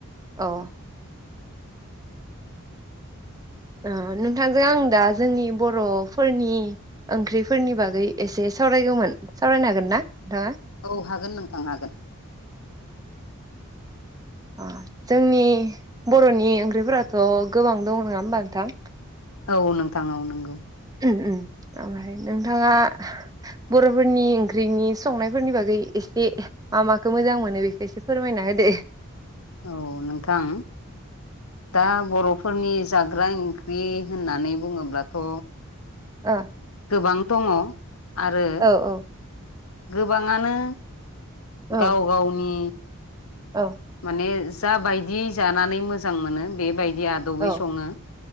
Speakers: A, on the right; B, on the left.
A: औ ओ नोंथांजों आं दा जोंनि बर'फोरनि ओंख्रिफोरनि बागै एसे सावरायगौमोन सावरायनो हागोन ना नोंथाङा।
B: औ हागोन नोंथां हागोन।
A: अ जोंनि बर'नि ओंख्रिफोराथ' गोबां दं नङा होमबा नोंथां
B: औ नोंथां औ नंगौ।
A: उम -उम। ओमफाय नोंथाङा बर'फोरनि ओंख्रिनि संनायफोरनि बागै एसे मा -माखौ मोजां मोनो बेखौ एसे फोरमायना होदो।
B: औ नोंथां दा बर'फोरनि जाग्राओं बि होननानै बुङोब्लाथ'
A: ओ
B: गोबां दङ आरो।
A: ओ ओ
B: गोबाङानो
A: औ
B: गाव-गावनि
A: औ
B: माने जा बायदियै जानानै मोजां मोनो बेबायदि जि आदबै
A: औ
B: सङो